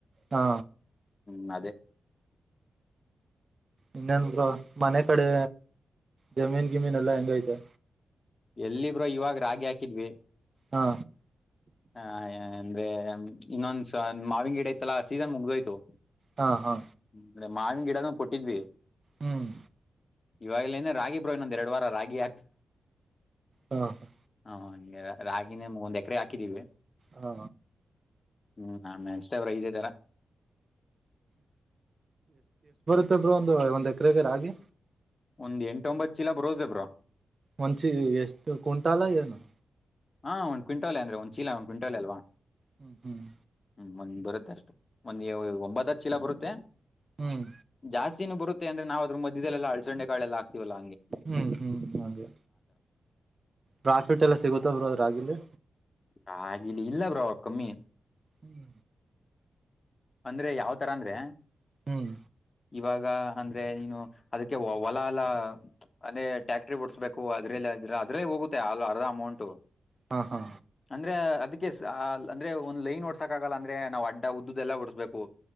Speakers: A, on the right; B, on the left.
A: ಹಾ
B: ಹ್ಮ್ ಅದೇ
A: ಇನ್ನೇನ್ ಗ ಮನೆ ಕಡೆ ಜಮೀನ್ ಗಿಮೀನ್ ಎಲ್ಲಾ ಹೆಂಗ ಐತೆ
B: ಎಲ್ಲಿಬ್್ರರು ಇವಾಗ ರಾಗಿ ಹಾಕಿದ್ವಿ
A: ಹಾ
B: ಆ ಅಂದ್ರೆ ಇನ್ನೊಂದ್ ಮಾವಿಂಗ ಗಿಡ ಐತಲ್ಲ ಸೀಸನ್ ಮುಗ್ದೋಯ್ತು
A: ಹಾ ಹಾ
B: ಅಂದ್ರೆ ಮಾವನ್ ಗಿಡನುೂ ಕೊಟ್ಟಿದ್ವಿ
A: ಹ್ಮ್
B: ಇವಾಗಲ ಏನೇ ರಾಗಿ ಬ್ರೋ ನೊಂದ್ ಎರಡ್ ವಾರ ರಾಗಿ ಆಯ್ತು
A: ಹಾ ಹಾ
B: ಹಾಗೆ ರಾಗಿನೇ ಒಂದ್ ಎಕರೆ ಹಾಕಿದೀವಿ
A: ಹಾ
B: ಹ್ಮ್ ನ ಮ್ಯಾನ್ಸ್ ಅವ್ರ ಇದೇ ತರ
A: ಮತ್ತೊಬ್ರು ಒಂದು ಒಂದ್ ಎಕರೆಗ ರ ಆಗಿ
B: ಒಂದ್ ಎಂಟೊಂಬತ್ತು ಚೀಲ ಬರೋದೇಬ್ರ
A: ಮಂಸ ಎಷ್ಟು ಕುಂಟಾಲ ಏನು
B: ಹಾ ಒಂದ್ವಿಂಟಲ್ ಅ್ರೆ ಒಂದ್ ಚೀಲ ಒಂದ್ವಿಂಟಲ್ ಅಲ್ವಾ
A: ಹ್ಮ್ ಹ್ಮ್
B: ಹ್ಮ್ ಒಂದ್ ಬರುತ್ತೆ ಅಷ್ಟು ಒಂದ್ ಒಂಬತ್ತತ್್ ಚೀಲ ಬರುತ್ತೆ
A: ಹ್ಮ್
B: ಜಾಸ್ತಿನೂ ಬರುತ್ತೆ ಅಂದ್ರೆ ನಾವವು ಅದ್ರ ಮಧ್ಯದಲ್ಲ ಅಳ್ಚೊಂಡೆ ಕಾಳೆಲ್ಲ ಆಗ್ತೀವಲ್ಲ ಹಂಗೆ
A: ಹ್ಮ್ ಹ್ಮ್ ಹಾಗೆ ಪ್ರಾಫಿಟ್ ಎಲ್ಲ ಸಿಗುತ್ತ ಬ್ರ ಅದ್ರಾಗಿಲಿ
B: ಹಾಗಾಗಿಲಿ ಇಲ್ಲ ಬ್ರೋ ಕಮ್ಮಿ
A: ಹ್ಮ
B: ಅಂದ್ರೆ ಯಾವ ತರ ಅಂಗ್ರೆ
A: ಹ್ಮ್
B: ಇವಾಗ ಅಂದ್ರೆ ನೀನು ಅದಕ್ಕೆ ಹೊಲ ಹೊಲ ಅದೇ ಟ್ಯಾಕ್ಟ್ರಿ ಬಡಸ್ಬೇಕು ಅದ್ರಲ್ಲ್ರ ಅದ್ರಲ್ಲಿ ಹೋಗುತ್ತೆ ಅ ಅರ್ಧ ಅಮೌಂಟು
A: ಹಾ ಹಾ
B: ಅಂದ್ರೆ ಅದಕಸ ಅಂದ್ರೆ ಒಂದ್ೈನ್ ಓಡ್ಸಕ್ ಆಗಲ್ಲ ಅಂದ್ರೆ ನಾವ್ ಅಡ್ಡ ಉದ್ದ ಎಲ್ಲಾ ಓಡಸ್ಬೇಕು